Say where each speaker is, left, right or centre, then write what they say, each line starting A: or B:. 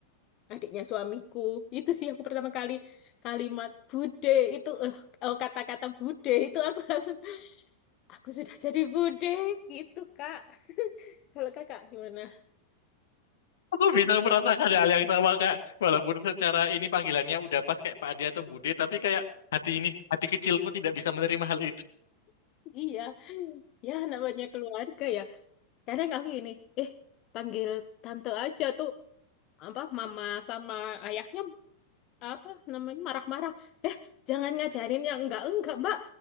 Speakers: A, on the left (about 40°); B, on the left (about 60°).
A: adiknya suamiku. Itu sih aku pertama kali kalimat Bude itu eh, oh, kata-kata Bude itu aku <laughs> langsung aku sudah jadi Bude gitu, Kak. Kalau Kakak gimana?
B: Aku bisa merasakan hal yang sama kak. Walaupun secara ini panggilannya udah pas kayak Pak Ade atau Bude, tapi kayak hati ini, hati kecilku tidak bisa menerima hal itu.
A: Iya, ya namanya keluarga ya. Kadang aku ini, eh panggil tante aja tuh apa mama sama ayahnya apa namanya marah-marah eh jangan ngajarin yang enggak enggak mbak